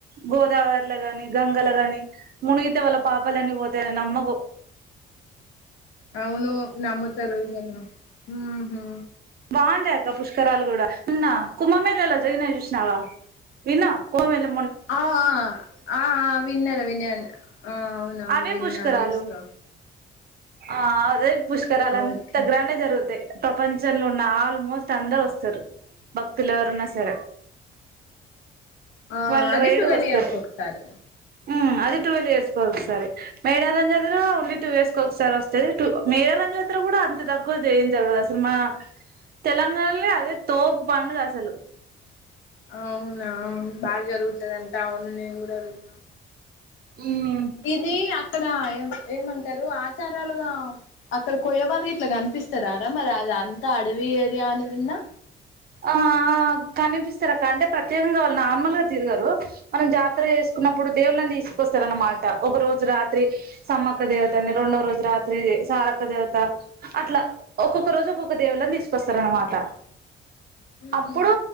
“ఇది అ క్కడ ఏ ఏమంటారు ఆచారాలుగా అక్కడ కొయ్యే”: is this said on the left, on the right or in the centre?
Left